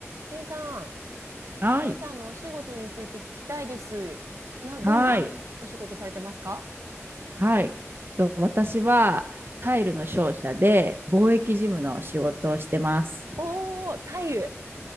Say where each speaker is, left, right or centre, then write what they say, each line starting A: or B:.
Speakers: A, on the right; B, on the right.
A: ケイさん、
B: はい。
A: ケイさんのお仕事について聞きたいです。な、どんなお仕事されてますか
B: はい。はい。と、私はタイルの商社で貿易事務の仕事をしてます。
A: おー、タイル。